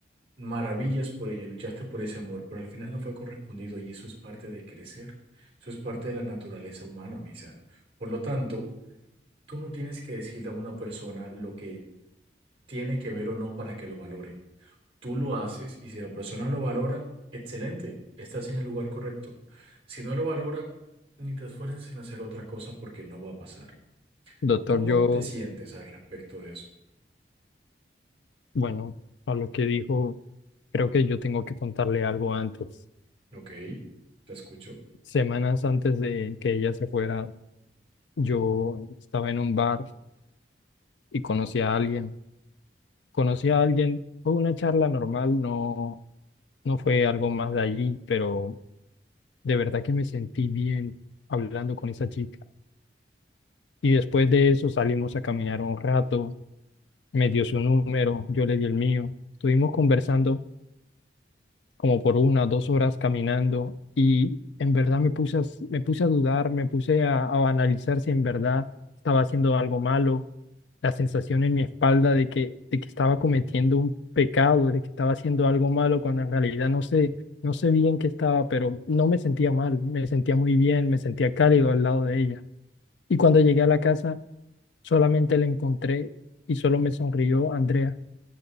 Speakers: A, on the right; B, on the left.
A: maravillas por ella, luchaste por ese amor, pero al final no fue correspondido y eso es parte de crecer, eso es parte de la naturaleza humana, Misal. Por lo tanto, tú no tienes que decirle a una persona lo que tiene que ver o no para que lo valore. Tú lo haces y si la persona lo valora, excelente, estás en el lugar correcto. Si no lo valora, ni te esfuerces en hacer otra cosa porque no va a pasar.
B: Doctor,
A: ¿Cómo
B: yo,
A: te sientes al respecto de eso?
B: bueno, a lo que dijo, creo que yo tengo que contarle algo antes.
A: Ok, te escucho.
B: Semanas antes de que ella se fuera, yo estaba en un bar y conocí a alguien. Conocí a alguien, fue una charla normal, no, no fue algo más de allí, pero de verdad que me sentí bien hablando con esa chica. Y después de eso salimos a caminar un rato me dio su número, yo le di el mío. Estuvimos conversando como por una o dos horas caminando y en verdad me puse a, s- me puse a dudar, me puse a, a analizar si en verdad estaba haciendo algo malo, la sensación en mi espalda de que, de que estaba cometiendo un pecado, de que estaba haciendo algo malo, cuando en realidad no sé, no sé bien qué estaba, pero no me sentía mal, me sentía muy bien, me sentía cálido al lado de ella. Y cuando llegué a la casa, solamente la encontré y solo me sonrió Andrea